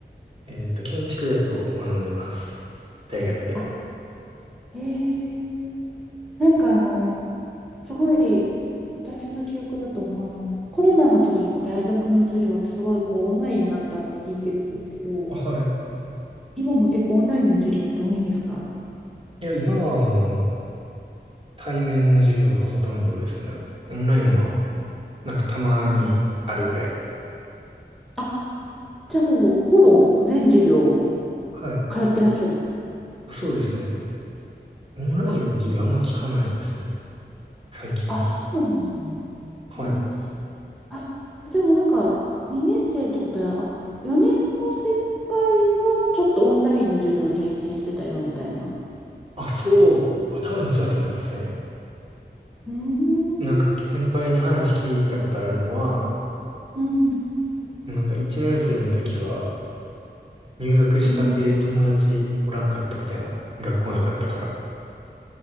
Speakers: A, on the right; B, in the centre.
A: えっと、建築学を学んでます。大学で。
B: あ、へえ、なんかあの、すごい、私の記憶だと、あの、コロナの時に大学の授業ってすごいこうオンラインになったって聞いてるんですけど、
A: あ、はい。
B: 今も結構オンラインの授業って多いんですか
A: いや、今はもう対面の授業がほとんどですね。オンラインはなんかたまにあるぐらい。
B: あ、じゃあもうほぼ全授業
A: はい。
B: 通ってらっしゃる。
A: あ、そうですね。オンラインの授業あんま聞かないですね。
B: あ、
A: 最近は。
B: あ、そうなんですね。
A: はい。
B: えー、あ、でもなんか、2年生ってことは、あ、4年の先輩はちょっとオンラインの授業を経験してたよみたいな。
A: あ、そう。あ、多分そうやと思いますね。
B: うーん、
A: なんか先輩に話聞いたことあるのは、
B: うん、
A: もうなんか1年生の時は入学したて友達おらんかったみたいな。
B: うん。
A: 学校なかったから。